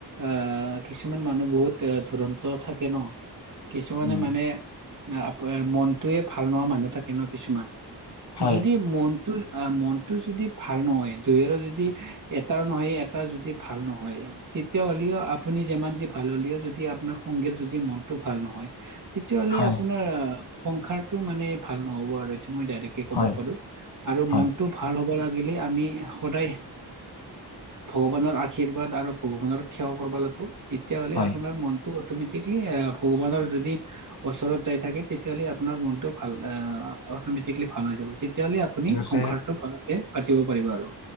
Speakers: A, on the right; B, on the left.
A: আহ কিছুমান মানুহ বহুত ধুৰন্ত থাকে ন কিছুমানে
B: উম
A: মানে। আ মনটোয়ে ভাল নোহোৱা মানুহ থাকে ন কিছুমান
B: হয়
A: যদি মন মনটো যদি ভাল নহয় দুইৰো যদি এটাৰ নহয় এটা যদি ভাল নহয়। তেতিয়া হ'লেও আপুনি যিমান যি ভাল হ'লেও যদি আপোনাৰ সংগীৰ যদি মনতটো ভাল নহয়। তেতিয়াাহ'লে
B: হয়
A: আপোনাৰ সংসাৰটো মানে ভাল নহ'ব আৰু মই। ক'ব
B: হয়
A: পাৰো আৰু
B: হয়
A: মনতটো ভাল হ'ব লাগিলে আমি সদায় ভগৱানৰ আশীৰ্বাদ আৰু ভগৱানৰ সেৱা কৰিব লাগিব। তেতিয়াাহলে
B: হয়
A: আপোনাৰ মনটো অটমেটিকলি ভগৱানৰ যদি ওচৰত যাই থাকে তেতিয়াহ'লে আপোনাৰ মনটো ভাল অমেটিকলি ভাল হৈ যাব তেতিয়াহলে। আপুনি
B: ঠিক আছে
A: সংসাৰটোে পাতিব পাৰিব আৰু